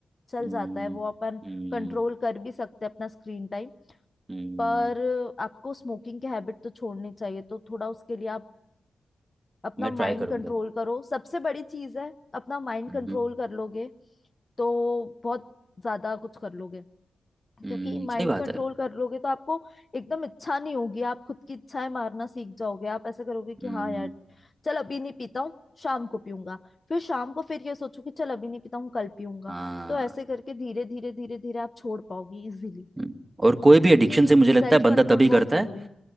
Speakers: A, on the left (about 30°); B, on the right (about 20°).
A: चल
B: हम्म,
A: जाता है वो अपन
B: हम्म,
A: कंट्रोल कर भी सकते हैं अपना स्क्रीन टाइम
B: हम्म।
A: पर आपको स्मोकिंग की हैबिट तो छोड़नी चाहिए तो थोड़ा उसके लिए आप अपना
B: मैं ट्राई
A: माइंड
B: करूंगा
A: कंट्रोल करो सबसे बड़ी चीज है अपना माइंड
B: हम्म
A: कंट्रोल कर लोगे तो बहुत ज्यादा कुछ कर लोगे
B: हम्म,
A: क्योंकि माइंड
B: सही बात
A: कंट्रोल
B: है
A: कर लोगे तो आपको एकदम इच्छा नहीं होगी आप खुद की इच्छाएं मारना सीख जाओगे आप ऐसा करोगे कि
B: हम्म
A: हाँ यार चल अभी नहीं पीता हूँ शाम को पीऊंगा फिर शाम को फिर ये सोचो कि चल अभी नहीं पीता हूँ कल पीऊंगा
B: हाँ
A: तो ऐसे करके धीरे धीरे धीरे धीरे आप छोड़ पाओगे इजिली
B: हम्म। और कोई भी एडिक्शन
A: क्योंकि
B: से मुझे लगता
A: सेल्फ
B: है बंदा
A: कंट्रोल
B: तभी करता
A: बहुत जरूरी
B: है
A: है